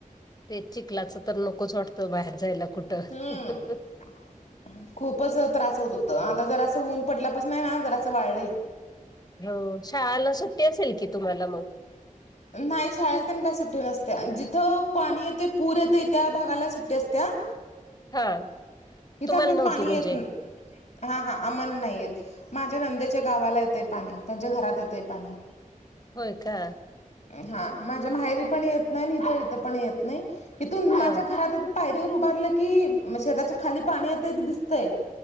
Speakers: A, on the left; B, on the left.
A: ते चिकलाचं तर नकोच वाटतं बाहेर जायला कुठं.
B: हम्म
A: <unintelligible>
B: <inaudible> खूपच त्रास होत होत आता जरा असं ऊन पडल्यापास न ना जरास वाळलये.
A: हो शाळाला सुट्टी असेल की तुम्हाला मग.
B: नाही शाळेला तेन काही सुट्टी नसत्या जिथं पाणी येतं पूर येतं त्या भागाला सुट्टी असत्या
A: हां
B: इथे
A: तुम्हाला
B: आमडत
A: नव्हती
B: पाणी
A: म्हणजे
B: येत ना हां हां आम्हाला नाही येत माझ्या नंद्याच्या गावाला येतंय पाणी त्यांच्या घरात येतय पाणी.
A: होय का.
B: हा माझ्या माहेरी पण येत नाही आणि इथ इथ पण येत नाही इथून माझ्या
A: हां
B: घरात पायरीवर उभारलं की शेताच्या खाली पाणी येतंय ते दिसतंय.